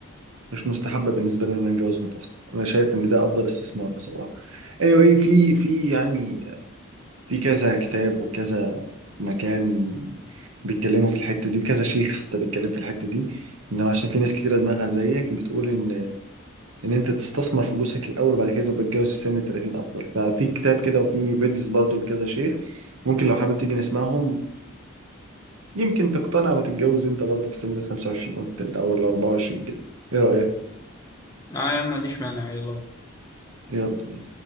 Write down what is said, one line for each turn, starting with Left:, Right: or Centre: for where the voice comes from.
Right: مش مستحبه بالنسبه لي ان انا اتجوز متاخر انا شايف ان ده افضل استثمار بصراحه anyway في في يعني في كذا كتاب وكذا مكان بيتكلموا في الحته دي وكذا شيخ حتى بيتكلم في الحته دي ان هو عشان في ناس كتيره دماغها زيك بتقول ان ان انت تستثمر فلوسك الاول وبعد كده تبقى تتجوز في سن ال 30 افضل ففي كتاب كده وفي فيديوز برضو لكذا شيخ ممكن لو حابب تيجي نسمعهم يمكن تقتنع وتتجوز انت برضه في سن ال 25 او التل- او ال 24 كده ايه رأيك؟
Left: اه يا عم ما عنديش مانع يلا بقى.
Right: يلا